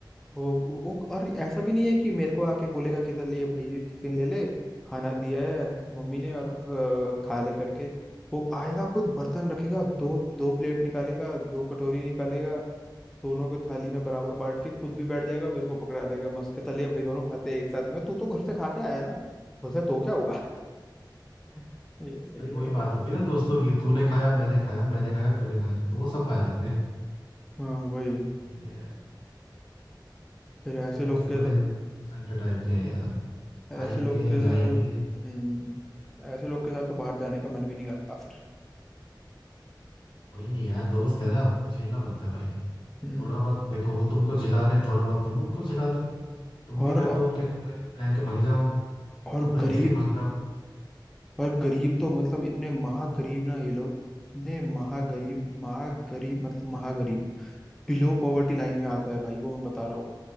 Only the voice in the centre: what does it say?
वो, वो वो- और ऐसा भी नहीं है कि मेरे को आके बोलेगा कि तो ले भाई ये टिफिन ले ले खाना दिया है मम्मी ने और अ, खा ले करके वो आएगा खुद बर्तन रखेगा दो दो प्लेट निकालेगा दो कटोरी निकालेगा दोनों को थाली में बराबर बांट के खुद भी बैठ जाएगा मेरे को पकड़ा देगा मस्त कहता ले भाई दोनों खाते हैं एक साथ में तू तो घर से खा के आया है ना बोलता तो क्या हुआ <laughs> ये सही
है भाई
हाँ वही
फिर ऐसे
लोग
के
साथ
ऐसे
लोग के हम्म
ऐसे लोग के साथ तो बाहर जाने का मन भी नहीं करता फिर
हम्म
और
और
गरीब
और गरीब तो मतलब इतने महागरीब ना ये लोग इतने महागरीब महागरीब मतलब महागरीब बिलो पॉवर्टी लाइन में आता है भाई वो मैं बता रहा हूँ